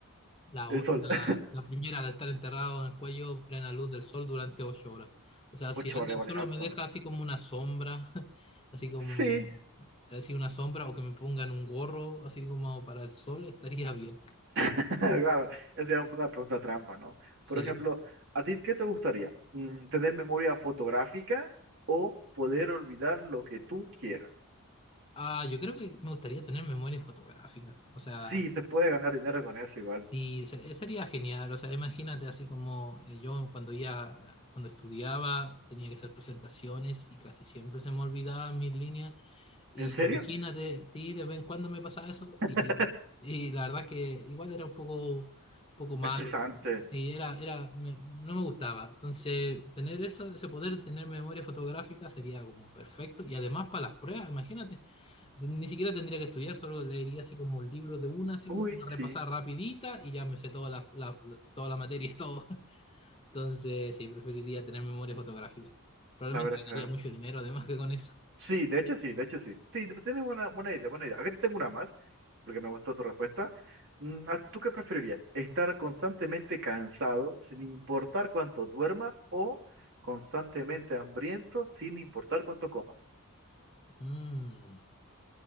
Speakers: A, on the left (about 25°); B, on the right (about 55°).
A: La,
B: El
A: o-
B: sol.
A: la,
B: <laughs>
A: la primera, la de estar enterrado en el cuello, plena luz del sol durante ocho horas. O sea, si
B: Ocho
A: alguien
B: vale, vale,
A: solo
B: harto.
A: me deja así como una sombra, <laughs> así como,
B: Sí,
A: así una sombra, o que me pongan un gorro, así como para el sol, estaría bien.
B: <laughs> Claro, esa es una pregunta trampa, ¿no?
A: Sí.
B: Por ejemplo, ¿a ti qué te gustaría? Mm, ¿Tener memoria fotográfica o poder olvidar lo que tú quieras?
A: Ah, yo creo que me gustaría tener memoria fotográfica. O sea,
B: Sí, se puede ganar dinero con eso igual.
A: y se- sería genial. O sea, imagínate así como eh, yo cuando ya, cuando estudiaba, tenía que hacer presentaciones y casi siempre se me olvidaban mis líneas. Y
B: ¿En serio?
A: imagínate, sí, de vez en cuando me pasaba eso
B: <laughs>
A: y, y la verdad que igual era un poco, poco malo.
B: Estresante.
A: Sí, era, era, me- no me gustaba. Entonces, tener eso, ese poder, tener memoria fotográfica sería como perfecto. Y además para las pruebas, imagínate, ni siquiera tendría que estudiar, solo leería así como un libro de una, así
B: Uy,
A: como una repasada
B: sí,
A: rapidita y ya me sé toda la, la, la- toda la materia, <laughs> todo. Entonces, sí, preferiría tener memoria fotográfica. Probablemente
B: la verdad es
A: ganaría
B: que...
A: mucho dinero además que con eso.
B: Sí, de hecho sí, de hecho sí. Sí, tienes buena, buena idea, buena idea. Aquí tengo una más. porque me gustó tu respuesta. Mm, ¿a- ¿Tú qué preferirías? ¿Estar constantemente cansado sin importar cuánto duermas o constantemente hambriento sin importar cuánto comas?
A: Mm.